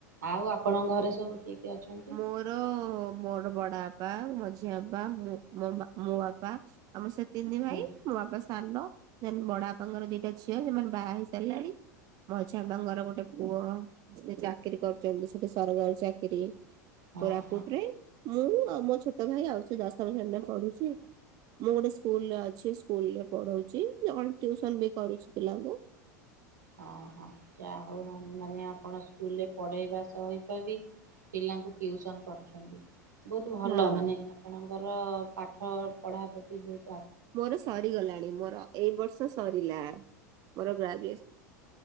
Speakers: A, on the right; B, on the right.
A: ଆଉ ଆପଣଙ୍କ ଘରେ ସବୁ କିଏ? କିଏ ଅଛନ୍ତି?
B: ମୋର ମୋର ବଡାପା, ମଝିଆଁ ବାପା, ମୋ ବାପା ଆମ ସେ ତିନି ଭାଇ
A: ହଁ
B: ମୋ ବାପା ସାନ ଦେନ୍ ବଡାପାଙ୍କର ଦିଟା ଝିଅ ସେମାନେ ବାହା ହେଇ ସାରିଲାଣି। ମଝିଆଁ ବାପାଙ୍କର ଗୋଟେ ପୁଅ ସେ ଚାକିରୀ କରୁଛନ୍ତି ସେଠି ସରକାରୀ ଚାକିରି।
A: ହଁ।
B: କୋରାପୁଟରେ ମୁଁ ଆଉ ମୋ ଛୋଟ ଭାଇ ଆଉ ସେ ଦଶମ ଶ୍ରେଣୀରେ ପଢୁଛି। ମୁଁ ଗୋଟେ ସ୍କୁଲରେ ଅଛି ସ୍କୁଲ ରେ ପଢ଼ଉଛି, ଟିୟୁସନ ବି କରୁଛି ପିଲାଙ୍କୁ।
A: ହଁ-ହଁ ଯା ହଉ ମାନେ ଆପଣ ସ୍କୁଲରେ ପଢେଇବା ସହିତ ବି ପିଲାଙ୍କୁ ଟିଉସନ କରୁଛନ୍ତି। ବହୁତ୍ ଭଲ
B: ହଁ
A: ମାନେ ଆପଣଙ୍କର ପାଠ ପଢ଼ା ପ୍ରତି ବହୁତ୍
B: ମୋର ସରିଗଲାଣି ମୋର ଏଇ ବର୍ଷ ସରିଲା ମୋର ଗ୍ରାଜୁଏସନ୍।